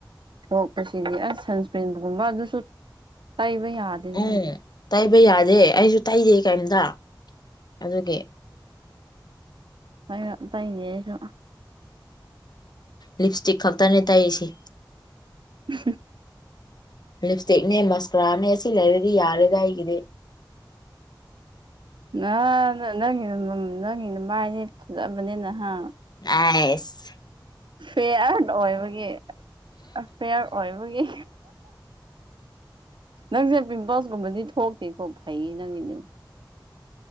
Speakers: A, on the right; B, on the left.
A: ꯊꯣꯛꯄꯁꯤꯗꯤ ꯑꯁ ꯁꯟꯁꯀ꯭ꯔꯤꯟꯒꯨꯝꯕ ꯑꯗꯨꯁꯨ ꯇꯩꯕ ꯌꯥꯗꯦꯅꯦ
B: ꯎꯝ ꯇꯩꯕ ꯌꯥꯗꯦ ꯑꯩꯁꯨ ꯇꯩꯗꯦ ꯀꯩꯝꯇ ꯑꯗꯨꯒꯤ
A: ꯍꯥꯏ ꯇꯥꯏꯅꯦ ꯑꯩꯁꯨ
B: ꯂꯤꯞ ꯏꯁꯇꯤꯛ ꯈꯛꯇꯅꯦ ꯇꯥꯏꯁꯤ
A: ꯎ
B: ꯂꯤꯞ ꯏꯁꯇꯤꯛꯅꯦ ꯃꯁꯀ꯭ꯔꯥꯅꯦ ꯁꯤ ꯂꯩꯔꯗꯤ ꯌꯥꯔꯦꯗ ꯑꯩꯒꯤꯗꯤ
A: ꯅ ꯅꯪꯒꯤ ꯅꯪꯒꯤꯅ ꯃꯥꯏꯅꯦ ꯐꯖꯑꯕꯅꯦ ꯅꯍꯥꯟ
B: ꯑꯁ
A: ꯐꯤꯌꯥꯔ ꯑꯣꯏꯕꯒꯤ ꯐꯤꯌꯥꯔ ꯑꯣꯏꯕꯒꯤ ꯅꯪꯁꯦ ꯄꯤꯝꯄꯜꯁꯀꯨꯝꯕꯗꯤ ꯊꯣꯛꯇꯦꯀꯣ ꯐꯩ ꯅꯪꯒꯤꯅ